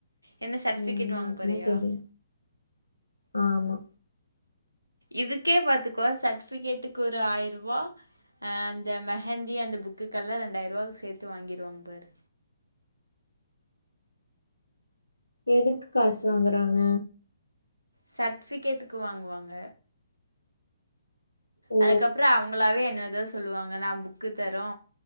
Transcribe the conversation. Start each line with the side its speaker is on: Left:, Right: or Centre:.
Right: என்ன சர்ட்டிஃபிகேட்
Left: நீ என்ன
Right: வாங்க
Left: ஆகுமோ
Right: போறியா
Left: தெரியல ஆமா
Right: இதுக்கே பாத்துக்கோ சர்டிஃபிகேட்டுக்கு ஒரு ஆயிரரூவா அ அந்த மெஹந்தி அந்த புக்குக்கு எல்லாம் இண்டாயிரரூவா சேத்து வாங்கிருவாங்க பாரு
Left: எதுக்கு காசு வாங்கறாங்க
Right: சர்டிஃபிகேட்டுக்கு வாங்குவாங்க
Left: ஓ
Right: அதுக்கு அப்புறோ அவங்களாவே என்னது த சொல்லுவாங்க நா புக்கு தரோ